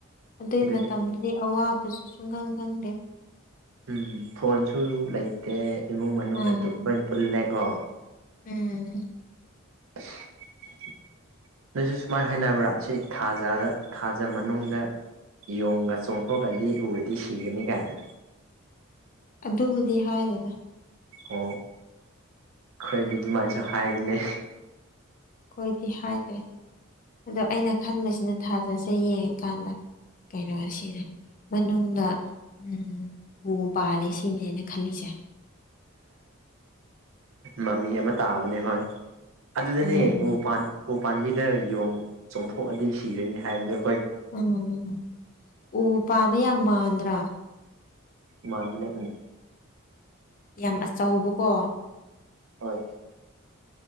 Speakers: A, on the left (about 40°); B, on the right (about 65°).
A: ꯑꯗꯨꯏ
B: ꯑꯗꯨꯅꯤ
A: ꯃꯇꯝꯗꯗꯤ ꯑꯋꯥꯕꯁꯨ <unintelligible>
B: ꯎꯝ ꯐꯣꯟꯁꯨ ꯂꯩꯇꯦ ꯏꯃꯨꯡ ꯃꯅꯨꯡ
A: ꯎꯝ
B: ꯑꯗꯨꯝ ꯂꯣꯏ ꯄꯨꯜꯂꯦꯀꯣ
A: ꯎꯝ
B: <inaudible> ꯅꯣꯏꯁꯨ ꯁꯨꯃꯥꯏꯅ ꯍꯥꯏꯅꯕ꯭ꯔꯥ ꯁꯤ ꯊꯥ ꯖꯥꯗ ꯊꯥꯖ ꯃꯅꯨꯡꯗ ꯌꯣꯡꯒ ꯆꯣꯡꯊꯣꯛꯑꯗꯤ ꯎꯔꯗꯤ ꯁꯤꯒꯅꯤ ꯀꯥꯏꯅ
A: ꯑꯗꯨꯕꯨꯗꯤ ꯍꯥꯏꯗꯦꯗ
B: ꯑꯣ ꯈꯣꯏꯗꯤ ꯗꯨꯃꯥꯥꯏꯁꯨ ꯍꯥꯏꯕꯅꯦ
A: ꯈꯣꯏꯗꯤ ꯍꯥꯏꯗꯦ ꯑꯗꯣ ꯑꯩꯅ ꯈꯟꯕꯁꯤꯅ ꯊꯥꯖꯁꯦ ꯌꯦꯡꯉꯀꯥꯟꯗ ꯀꯩꯅꯣ ꯁꯤꯅꯦ ꯃꯅꯨꯡꯗ ꯎꯝ ꯎ ꯄꯥꯜꯂꯦ ꯁꯤꯅꯦ ꯑꯩꯅ ꯈꯜꯂꯤꯁꯦ
B: ꯃꯃꯤ ꯑꯃ ꯇꯥꯕꯅꯦ ꯍꯣꯏ ꯑꯗꯨꯗꯅꯦ
A: ꯎꯝ
B: ꯎ ꯄꯥꯟ ꯎ ꯄꯥꯝꯕꯤꯗ ꯌꯣꯡ ꯆꯣꯡꯊꯣꯛꯑꯗꯤ ꯁꯤꯔꯅꯤ ꯍꯥꯏꯕꯗ
A: ꯎꯝ ꯎ ꯄꯥꯝꯃꯦ ꯌꯥꯝ ꯃꯥꯟꯗ꯭ꯔꯥ
B: ꯃꯥꯟꯕꯅꯦ ꯎꯝ
A: ꯌꯥꯝ ꯑꯆꯧꯕꯀꯣ
B: ꯍꯣꯏ